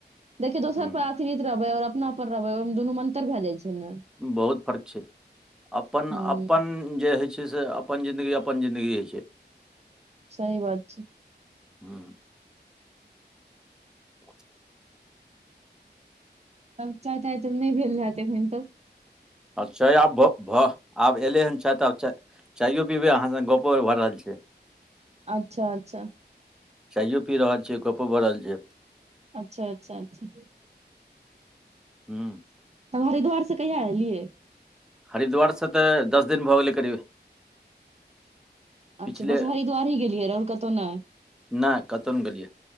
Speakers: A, on the right; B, in the centre.
A: देखि दोसर
B: हूँ
A: प आ थृरित रहबै और अपना पर रहबै, ओई दुनू मऽ अन्तर भए जाइ छै न?
B: बहुत फर्क छै। अपन-अपन
A: हूँ
B: जे होइ छै से अपन जिंन्दगी अपन जिंन्दगी होइ छै।
A: सही बात छै।
B: हूँ। <inaudible>
A: तब चाय-ताय तऽ नहि भेल हैत एखैन तक?
B: आब चाय आब भऽ-भऽ आब एलै हन चाय तऽ आब चाय चाइयो पीबै, अहाँ संग गपो भऽ रहल छै।
A: अच्छा अच्छा।
B: चाइयो पी रहल छियै। गपो भऽ रहल छै।
A: अच्छा-अच्छा-अच्छा।
B: ह्म्म।
A: तब हरिद्वार से कहिया एयलियै?
B: हरिद्वारसँ तऽ दस दिन भऽ गेलै करीब
A: अच्छा,
B: पिछले
A: बस हरिद्वार ही गेलियैऽ और कतहु नहि?
B: नाय, कतौ नय गेलियै।